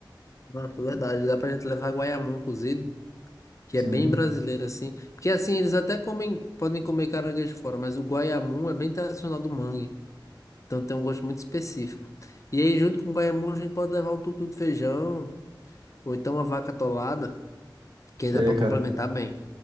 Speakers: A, on the left (about 40°); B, on the right (about 70°).
A: Nossa, verdade. Dá pra gente levar guaiamum cozido. que
B: Sim,
A: é bem brasileiro assim. Porque assim, eles até comem, podem comer caranguejo fora, mas o guaiamum é bem tradicional do mangue. Então tem um gosto muito específico. E aí, junto com o guaiamum, a gente pode levar um tutu de feijão, ou então uma vaca atolada, que aí
B: é,
A: dá pra
B: cara.
A: complementar bem.